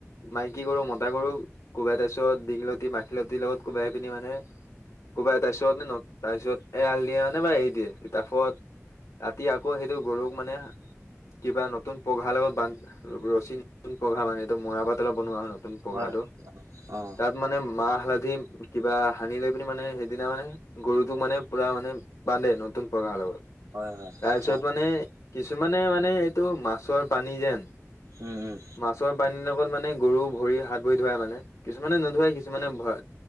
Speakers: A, on the left (about 70°); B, on the right (about 80°).
A: মাইকী কৰো মতা কৰো কোবাই তাৰ পিছত দীঘলতি মাখিলতিৰ লগত কোবাই পিনি মানে ক'বাই তাৰপিছত নে ন তাৰপিছত এৰাল দিয়ে মানে বা এৰি দিয়ে কিতাপত ৰাতি আকৌ সেইটো গৰুক মানে কিবা নতুন পঘাৰ লগত বান ৰছী নতুন পঘা মান এইটো মৰা পাত অলপ বনোৱা হ ন নতুন পঘাটো
B: হয় অ
A: তাত মানে ম মাহ হালধি কিবা সানি লৈ পিনি মানে সেইদিনা মানে গৰুটো মানে পুৰা মানে বান্ধে নতুন প্ৰকাৰাৰ লগত
B: হয় হয় হয়
A: তাৰপিছত
B: অ
A: মানে কিছুমানে মানে এইটো মাছৰ পানী যেন
B: উম উম
A: মাছৰ পানীৰ লগ লগত মানে গৰু ভৰি হাত ভৰি ধোৱাই মানে কিছুমানে নোধুৱাই কিছুমানে ভ